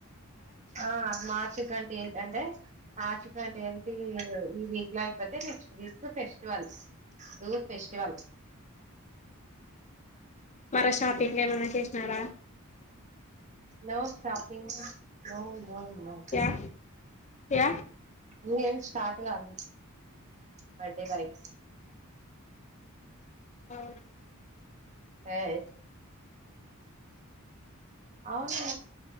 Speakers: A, on the right; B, on the left.
A: ఆ మార్చ్ ట్వంటి ఏ అంటే మార్చ్ ట్వంటీ ఎయిట్ ఈ వీక్ లో అయిపోతే next week festivals do festival
B: వర షాపింగ్ ఏమన్నా చేసినారా
A: no shopping no no no
B: క్యా క్యా
A: ఇంగేం స్టార్ట్ కాలేదు బర్డే బయ్
B: అ
A: ఏ అవును